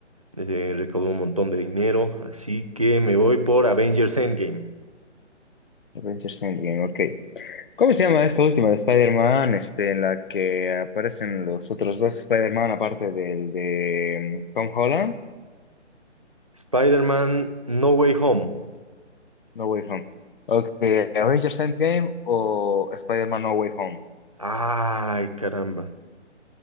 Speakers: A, on the right; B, on the left.
A: eh, recaudó un montón de dinero, así que me voy por Avengers Endgame.
B: Avengers Endgame, ok. ¿Cómo se llama esta última de Spider-Man, este, en la que aparecen los otros dos Spider-Man aparte del de mm, Tom Holland?
A: Spider-Man No Way Home.
B: No Way Home. Ok, Avengers Endgame o Spider-Man No Way Home.
A: Ay, caramba.